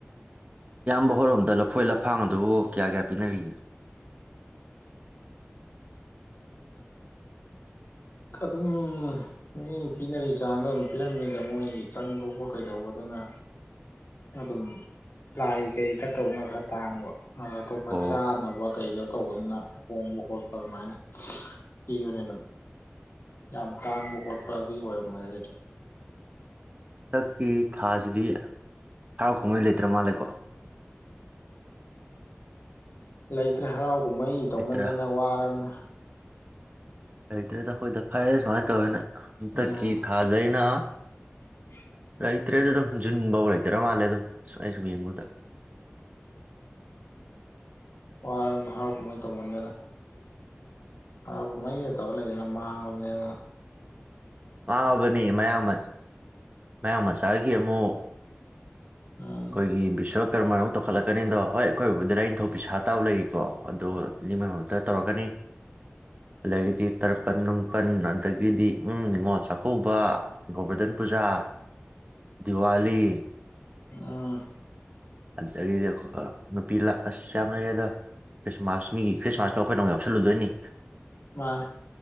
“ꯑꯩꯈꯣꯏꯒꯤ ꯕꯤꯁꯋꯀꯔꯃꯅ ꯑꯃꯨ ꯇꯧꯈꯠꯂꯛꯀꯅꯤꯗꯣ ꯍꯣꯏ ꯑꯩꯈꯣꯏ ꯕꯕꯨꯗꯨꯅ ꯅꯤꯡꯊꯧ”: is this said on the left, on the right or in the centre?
Right